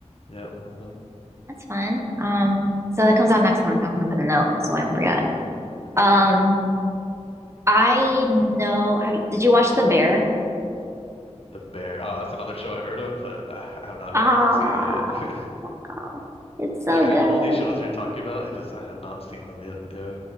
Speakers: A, on the left; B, on the right.
A: yeah. Yep. Mhm.
B: That's fun. Um, so that comes out next month. I'm gonna put a note so I don't forget.
A: Yeah, yep.
B: Um, I know, have you, did you watch The Bear?
A: The Bear. Oh, that's another show I heard of, but uh, I have not
B: Ah,
A: gotten to seeing it yet. <laughs>
B: no. It's so
A: Like I
B: good.
A: know all these shows you're talking about, it just I have not seen them yet. Yeah.